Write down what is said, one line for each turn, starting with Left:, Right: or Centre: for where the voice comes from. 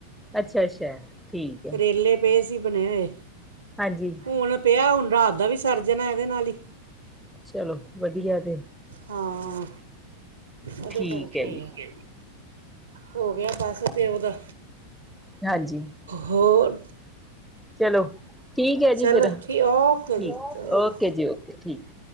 Centre: ਅੱਛਾ ਅੱਛਾ, ਠੀਕ ਹੈ,
Right: ਕਰੇਲੇ ਪਏ ਸੀ ਬਣੇ ਹੋਏ,
Centre: ਹਾਂਜੀ।
Right: ਹੁਣ ਪਿਆ, ਹੁਣ ਰਾਤ ਦਾ ਵੀ ਸਰ ਜਾਣਾ ਇਹਦੇ ਨਾਲ ਹੀ।
Centre: ਚਲੋ ਵਧੀਆ ਜੇ
Right: ਹਾਂ, ਉਹਦੇ
Centre: ਠੀਕ
Right: ਕਰਕੇ
Centre: ਹੈ ਜੀ।
Right: ਈ ਐ। ਹੋ ਗਿਆ ਬਸ ਤੇ ਉਹਦਾ
Centre: ਨਾ ਜੀ,
Right: ਹੋਰ,
Centre: ਚਲੋ ਠੀਕ ਹੈ ਜੀ
Right: ਚਲੋ
Centre: ਫੇਰ, ਠੀਕ,
Right: ਓਕੇ ਜੀ ਚਲੋ
Centre: ਓਕੇ ਜੀ- ਓਕੇ, ਠੀਕ।